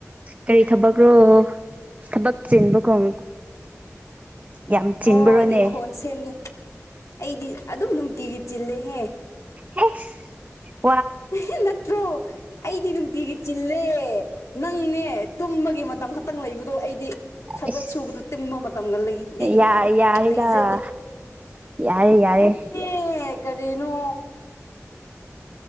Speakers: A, on the right (about 30°); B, on the left (about 65°).
A: ꯀꯔꯤ ꯊꯕꯛꯔꯣ ꯊꯕꯛ ꯆꯤꯟꯕꯒꯨꯝ꯫ ꯌꯥꯝ ꯆꯤꯟꯕ꯭ꯔꯣꯅꯦ
B: ꯍꯣꯏ ꯏꯪꯈꯣꯜ ꯁꯦꯝꯒꯦ ꯑꯩꯗꯤ ꯑꯗꯨꯝ ꯅꯨꯡꯇꯤꯒꯤ ꯆꯤꯜꯂꯦꯍꯦ꯫
A: ꯑꯥꯁ
B: ꯑꯦ ꯅꯠꯇ꯭ꯔꯣ ꯑꯩꯗꯤ ꯅꯨꯡꯇꯤꯒꯤ ꯆꯤꯜꯂꯦ꯫ ꯅꯪꯅꯦ ꯇꯨꯝꯕꯒꯤ ꯃꯇꯝ ꯈꯛꯇꯪ ꯂꯩꯕꯗꯣ ꯑꯩ꯫ ꯗꯤ ꯊꯕꯛ
A: ꯑꯁ
B: ꯁꯨꯕꯗ ꯇꯤꯟꯕ ꯃꯇꯝꯒ ꯂꯩꯇꯦ
A: ꯌꯥ ꯌꯥꯔꯦꯗ
B: ꯂꯩꯖꯗꯦ꯫
A: ꯌꯥꯔꯦ ꯌꯥꯔꯦ꯫
B: ꯑꯦ ꯀꯔꯤꯅꯣ?